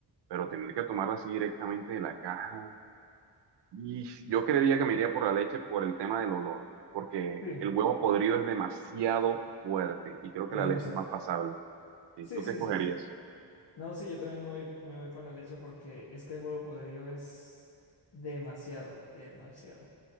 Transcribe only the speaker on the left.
Sí, es
demasiado
fuerte.
Sí,
sí,
sí. No, sí, yo también me voy, me voy con la leche porque es que el huevo podrido es demasiado, demasiado.